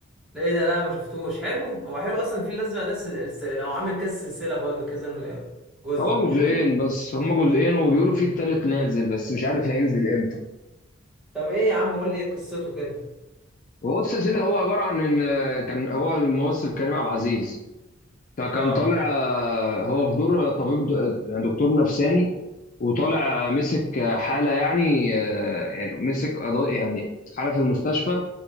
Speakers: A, in the centre; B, on the left.
A: ده ايه ده لا ما شفتوش حلو هو حلو اصلا الفيل الازرق ده سل... سل... لو عامل كذا سلسله برضه كذا جزء
B: هو
A: حلوين
B: جزئين بس هما جزئين وبيقولوا فيه التالت نازل بس مش عارف هينزل امتى
A: طب ايه يا عم قول لي ايه قصته كده
B: وهو بص يا سيدي هو عباره عن ان آه، كان هو الممثل كريم عبد العزيز فكان
A: اه
B: طالع آه، هو في دور طبيب د- يعني دكتور نفساني وطالع مسك آه، حالة يعني آه، يعني مسك قضاء يعني حالة في المستشفى